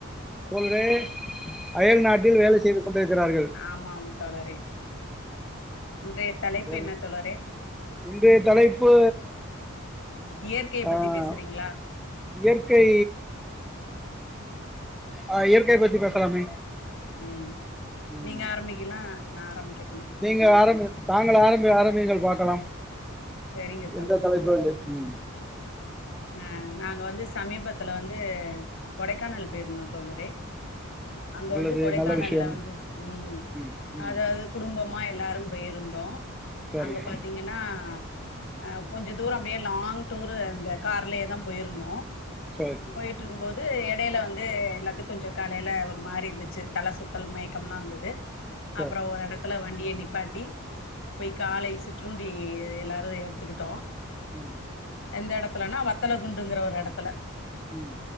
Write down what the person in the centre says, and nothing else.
சொல் <unintelligible> அயல் நாட்டில் வேலை செய்து கொண்டிருக்கிறார்கள்
செரி
இன்றைய தலைப்பு
ஆஹ்
இயற்கை ஆஹ் இயற்கைய பத்தி பேசலாமே
ம்
நீங்க ஆரம்ப நாங்க ஆரம்ப ஆரம்பிங்கள் பா கலாம்
எந்த தலைப்பு <unintelligible> உம்
நல்லது
நல்ல விஷயம்
ம் ம்
சரிங்க
சரி
சரி
உம்
உம்